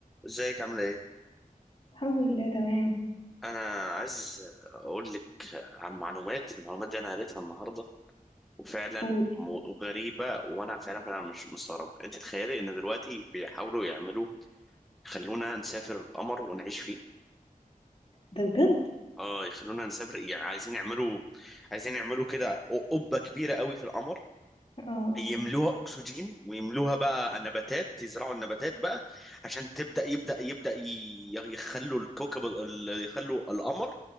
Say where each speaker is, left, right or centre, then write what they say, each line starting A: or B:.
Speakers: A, in the centre; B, on the left.
A: ازيك عامل ايه؟
B: الحمد لله تمام
A: انا عايز اقول لك عن معلومات المعلومات دي انا قريتها النهارده وفعلا
B: قول
A: م- غريبه وانا فعلا فعلا مش مستغرب انت تخيلي ان دلوقتي بيحاولوا يعملوا يخلونا نسافر القمر ونعيش فيه
B: ده بجد
A: اه يخلونا نسافر يعني عايزين يعملوا عايزين يعملوا كده قبه كبيره قوي في القمر
B: اه اه
A: يملوها اكسجين ويملوها بقى نباتات يزرعوا النباتات بقى عشان تبدا يبدا يبدا ي- يخلوا الكوكب ال- ال- يخلوا القمر